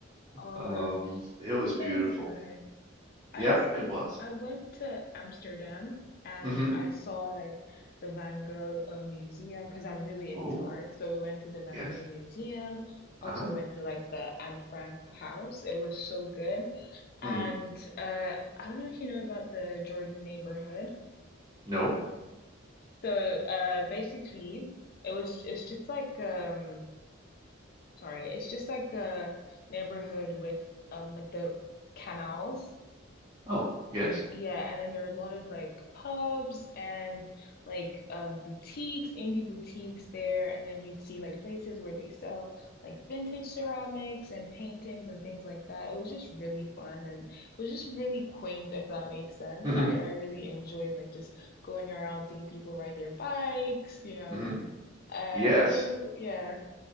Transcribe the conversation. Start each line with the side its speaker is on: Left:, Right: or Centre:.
Left: oh,
Right: Um, it was
Left: that sounds
Right: beautiful.
Left: nice. I
Right: Yep,
Left: also
Right: it
Left: w
Right: was.
Left: I went to Amsterdam and
Right: hmm
Left: I saw like the Van Gogh uh, Museum because I'm really
Right: Oh,
Left: into art. So we went to the Van
Right: yes.
Left: Gogh Museum,
Right: Uh-huh.
Left: also went to like the Anne Frank house. It was so good.
Right: Hmm.
Left: And uh, I don't know if you know about the Jordan neighborhood.
Right: No.
Left: So uh, basically, it was it's just like um sorry, it's just like a neighborhood with um like the canals
Right: Oh, yes.
Left: Yeah, and then there are a lot of like pubs and like um boutiques, indie boutiques there, and then you'd see like places where they sell like vintage ceramics and paintings and things like that. It was just really fun and it was just really quaint, if that makes sense.
Right: Mhm.
Left: I I really enjoyed like just going around seeing people ride their bikes, you know.
Right: Mhm.
Left: Uh,
Right: Yes.
Left: it was a, yeah.